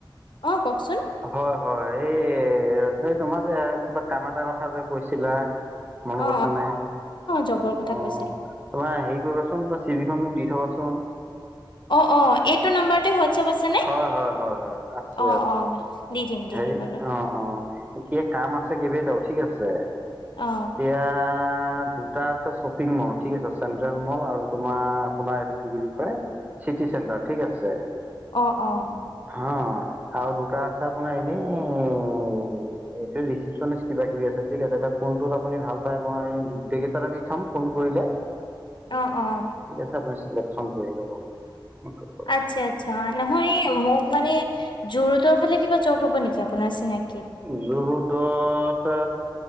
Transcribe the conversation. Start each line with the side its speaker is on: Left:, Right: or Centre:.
Left: অ কওক চোন
Right: হয় হয় এই সেই তোমাৰ যে কিবা কাম এটা কথা যে কৈছিলা মনত
Left: অ
Right: আছে নে অ
Left: জবৰ কথা
Right: তোমাৰ
Left: কৈছিলো
Right: হেৰি কৰিবাচোন তোমাৰ চিভিখন মোক দি থবাচোন
Left: অ অ এইটো নাম্বাৰতে হোৱাটছএপ আছে নে
Right: হয় হয় হয় হয় আছে
Left: অ
Right: আছে
Left: অ দি দিম দি
Right: হেৰি
Left: দিম বাৰু
Right: অ অ এতিয়া কাম আছে কেইবাটাও ঠিক আছে এতিয়া
Left: অ অ
Right: দু দুটা আছে শ্বপিং মল ঠিক আছে চেণ্ট্ৰেল মল আৰু তোমাৰ আপোনাৰ এইটো কি বুলি কয় চিটি চেণ্টাৰ ঠিক আছে
Left: অহ অহ
Right: হা আৰু দুটা আছে আপোনাৰ এনে এইটো ৰিচিপচনচ কিবা কিবি আছে ঠিক আছে এতিয়া কোনটোত আপুনি ভাল পায় মই গোটেই কেইটাতে দি থম ফোন কৰিলে
Left: অহ অহ
Right: ঠিক আছে আপুনি চিলেকচন কৰি লব কৰে
Left: আচ্ছা আচ্ছা নহয় এই মোক মানে জু ৰুডোৰ ফালে কিবা জব হব নেকি আপোনাৰ চিনাকি
Right: জু ৰোডত এটা